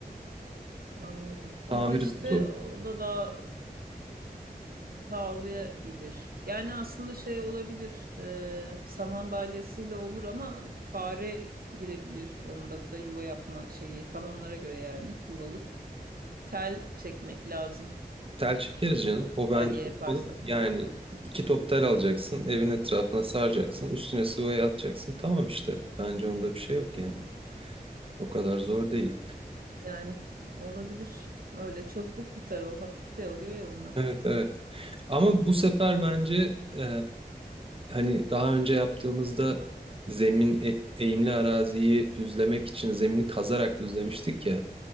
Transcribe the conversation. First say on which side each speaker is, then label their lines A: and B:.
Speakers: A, on the right (about 65°); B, on the right (about 35°).
A: Anladım. Ama
B: Tamiri
A: işte
B: de zor.
A: o da daha pahalıya gelir. Yani aslında şey olabilir. E, saman balyasıyla olur ama fare girebilir. Onda da yuva yapma şeyi. Tam onlara göre yani yuvalık. Tel çekmek lazım.
B: Tel çekeriz canım. O
A: Balya
B: bence
A: yaparsak
B: olur. Yani
A: da.
B: iki top tel alacaksın. Evin etrafına saracaksın. Üstüne sıvayı atacaksın. Tamam işte. Bence onda bir şey yok yani. O kadar zor değil.
A: Yani olabilir. Öyle çabuk biter o. Hafif de oluyor ya onlar.
B: Evet evet. Ama bu sefer bence e, hani daha önce yaptığımızda zemin e- eğimli araziyi düzlemek için zemini kazarak düzlemiştik ya.